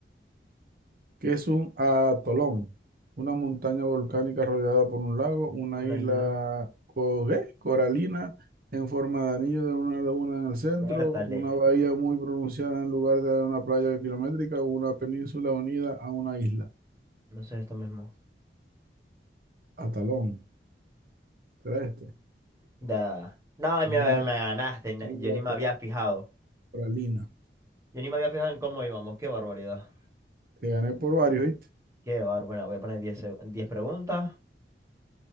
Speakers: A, on the right; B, on the right.
A: ¿Qué es un atolón? Una montaña volcánica rodeada por un lago, una
B: Una
A: isla
B: isla.
A: co- ¿qué? coralina en forma de anillo de una laguna en el centro,
B: Bertale,
A: una bahía muy pronunciada en lugar de una playa kilométrica, una península unida a una isla.
B: no sé esto mismo.
A: Atalón. ¿Será este?
B: Da. No, me,
A: Una
B: me ganaste, ne-
A: isla
B: yo ni me
A: co-
B: había fijado.
A: coralina.
B: Yo ni me había fijado en cómo íbamos, qué barbaridad.
A: Te gané por varios, ¿viste?
B: Qué bar... Bueno, voy a poner diez seg- 10 preguntas.